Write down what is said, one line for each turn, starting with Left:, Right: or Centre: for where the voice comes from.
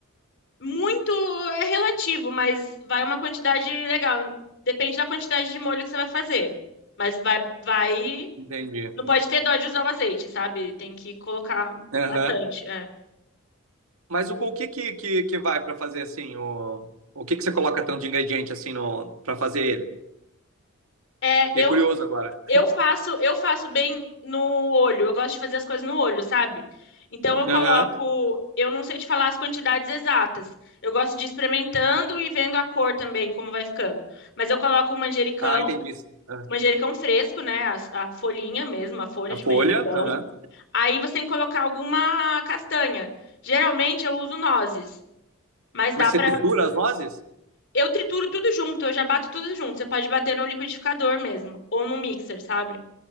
Left: Muito é relativo, mas vai uma quantidade legal. Depende da quantidade de molho que você vai fazer. Mas vai, vai.
Right: Entendi.
Left: Não pode ter dó de usar o azeite, sabe? Tem que colocar
Right: Aham.
Left: bastante. É,
Right: Mas o, o que, que, que, que vai para fazer assim? O, o que, que você coloca tanto de ingrediente assim no, para fazer ele?
Left: É,
Right: Fiquei
Left: eu,
Right: curioso agora.
Left: eu faço, eu faço bem no olho. Eu gosto de fazer as coisas no olho, sabe? Então eu coloco.
Right: Aham.
Left: Eu não sei te falar as quantidades exatas. Eu gosto de ir experimentando e vendo a cor também, como vai ficando. Mas eu coloco o manjericão.
Right: Ah, entendi. Aham.
Left: manjericão fresco, né? A, a folhinha mesmo, a folha
Right: A
Left: de
Right: folha.
Left: manjericão.
Right: aham.
Left: Aí você tem que colocar alguma castanha. Geralmente eu uso nozes, mas dá
Right: Mas você
Left: pra.
Right: tritura as nozes?
Left: Eu trituro tudo junto, eu já bato tudo junto. Você pode bater no liquidificador mesmo, ou no mixer, sabe?